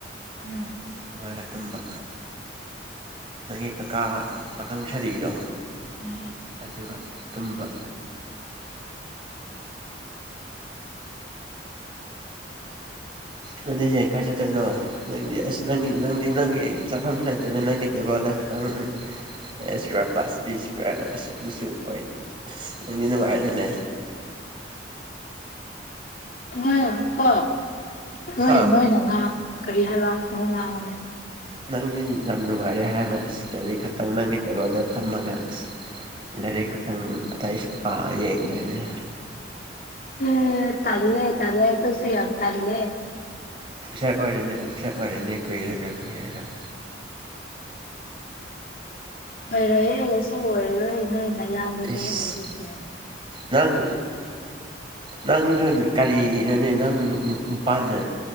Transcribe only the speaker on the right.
ꯃꯣꯏꯅ ꯇꯨꯝꯕ ꯅꯪꯒꯤ ꯀꯀꯥ ꯄꯥꯈꯪ ꯁꯔꯤꯗꯣ
ꯑꯗꯨꯒ ꯇꯨꯝꯕ ꯅꯪꯗꯤ ꯉꯁꯥꯏ ꯀꯥꯏ ꯆꯠꯇꯣꯏꯅꯣ ꯅꯪꯗꯤ ꯑꯁ ꯅꯪꯒꯤ ꯅꯪꯗꯤ ꯅꯪꯒꯤ ꯆꯐꯝꯁꯨ ꯂꯩꯗ꯭ꯔꯦꯅꯦ ꯅꯪꯒꯤ ꯇꯦꯕꯜꯗ ꯈꯇꯪ ꯎꯝ ꯑꯦ ꯏꯁꯀ꯭ꯋꯥꯔ ꯄ꯭ꯂꯥꯁ ꯕꯤ ꯏꯁꯀ꯭ꯋꯥꯔ ꯑꯁ ꯑꯗꯨꯁꯨ ꯑꯣꯏ ꯑꯁ ꯅꯪꯗꯤ ꯅꯨꯉꯥꯏꯔꯦꯅꯦ
ꯍꯥ
ꯅꯪꯗꯤ ꯌꯥꯝ ꯅꯨꯉꯥꯏꯔꯦ ꯍꯥꯏꯕ ꯑꯁ ꯂꯥꯏꯔꯤꯛ ꯈꯇꯪ ꯅꯪꯒꯤ ꯇ‌ꯦꯕꯜꯗ ꯐꯝꯃꯒ ꯑꯁ ꯂꯥꯏꯔꯤꯛ ꯈꯇꯪ ꯑꯇꯩ ꯁꯠꯄ ꯌꯦꯡꯗꯔ‌ꯦꯅꯦ
ꯑꯣꯐꯤꯁꯔ ꯑꯣꯏꯔꯅꯦ ꯑꯣꯐꯤꯁꯔ ꯑꯣꯏꯔꯅꯦ ꯀꯨꯏꯔꯔ‌ꯣꯏ ꯀꯨꯏꯔꯔ‌ꯣꯏ
ꯏꯁ
ꯅꯪ ꯅꯪꯗ ꯀꯔꯤꯅꯣꯅꯦ ꯅꯪ ꯅꯨ ꯅꯨ ꯅꯨꯄꯥꯅ